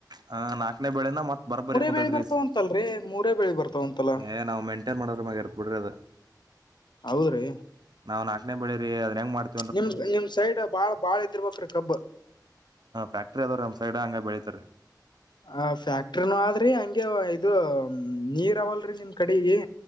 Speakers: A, on the right; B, on the left.
A: ಹ ನಾಲ್ಕನೇ ಬೆಳೇಳೆನ ಮತ್ತತ್ ಬರಬರಿ ಕುಂತೈತ್ರಿ
B: ಬೆಳಿ ಬರ್ತಾವಂತಲ್ರರಿ ಮೂರೇ ಬೆಳಿ ಬರ್ತಾವಂತಲ್ಲ
A: ಏ ನಾವ್ ಮೇಂಟೈನ್ ಮಾಡೋದ್ರ ಮ ಇರ್ತ್ ಬಿಡ್ರಿ ಅದ <inaudible>
B: ಹೌದ್ರಿ
A: ನಾವ್ ನಾಕನೇ ಬೆಳಿರಿ ಅದನೇಂಗ ಮಾಡ್ತವಿ
B: ನಿಮ್ ನಿಮ್ ಸೈಡ್ ಬಾಳ ಬಾಳ ಇದ್ದಿರ್ಬೇಕ್ರೀ ಕಬ್
A: ಹಾಕ್ಟ್ರಿ ಅದಾವೀ ನ್ ಸೈಡ್ ಹಂಗ ಬೆಳಿತತರಿ
B: ಆ ಫ್ಯಾಕ್ಟ್ರಿನೂ ಆದ್ರಿ ಹಂಗೆ ಇದು ನೀರ್ ಅವಲ್ರಿ ನಿಮ್ ಕಡೆಗ